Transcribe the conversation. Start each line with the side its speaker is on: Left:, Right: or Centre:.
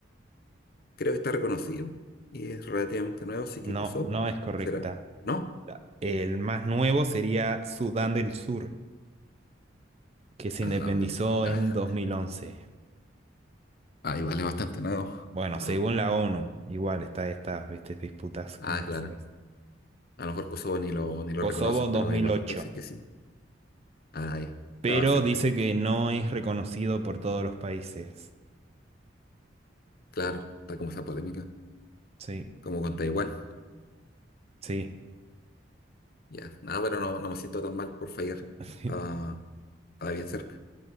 Left: creo que está reconocido y es relativamente nuevo, así
Right: No,
Left: que Kosovo,
Right: no es correcta.
Left: ¿será? ¿No?
Right: El más nuevo sería Sudán del Sur, que se
Left: Ah,
Right: independizó
Left: vale. Ah,
Right: en 2011.
Left: ah, igual es bastante nuevo.
Right: Bueno,
Left: No.
Right: según la ONU, igual está estas, viste, disputas que
Left: Ah,
Right: me
Left: claro.
Right: decías.
Left: A lo mejor Kosovo ni lo, ni lo
Right: Kosovo
Left: reconocen,
Right: 2008,
Left: pero hay varios países que sí. Ah, ya. Estaba
Right: pero
Left: cerca.
Right: dice que no es reconocido por todos los países.
Left: Claro, está como esa polémica,
Right: Sí,
Left: como con Taiwán.
Right: sí.
Left: Ya. Nada, pero no, no me siento tan mal por fallar.
Right: <laughs>
Left: Estaba, estaba bien cerca.